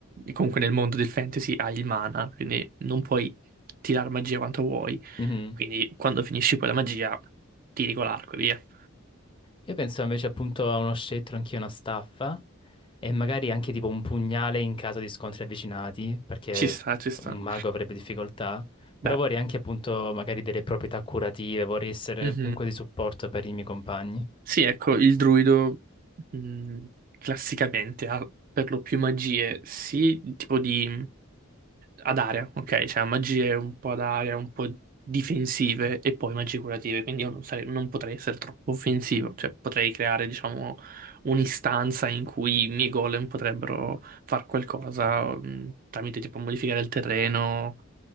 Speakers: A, on the right; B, on the left.
A: Comunque nel mondo del fantasy hai il mana, quindi non puoi tirare magia quanto vuoi.
B: mhm.
A: Quindi quando finisci poi la magia, tiri con l'arco e via.
B: Io penso invece appunto a uno scettro, anch'io una staffa. E magari anche tipo un pugnale in caso di scontri avvicinati, perché
A: Ci sta, ci sta.
B: un mago avrebbe difficoltà. Però
A: Beh.
B: vorrei anche appunto magari delle proprietà curative, vorrei essere
A: mhm.
B: comunque di supporto per i miei compagni.
A: Sì, ecco, il druido mh, classicamente ha per lo più magie, sì, tipo di ad area, ok? Cioè magie un po' ad area, un po' difensive e poi magie curative, quindi io non, sare- non potrei essere troppo offensivo, cioè potrei creare, diciamo, un'istanza in cui i miei golem potrebbero far qualcosa mh, tramite tipo modificare il terreno,